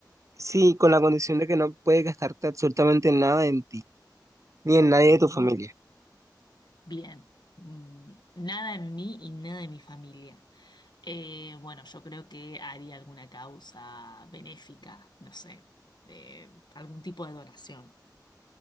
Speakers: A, on the right; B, on the left.
A: sí, con la condición de que no puedes gastarte absolutamente nada en ti, ni en nadie de tu
B: Oh,
A: familia.
B: bien. Mm, Nada en mí y nada en mi familia. Eh, bueno, yo creo que haría alguna causa benéfica, no sé, eh, algún tipo de donación.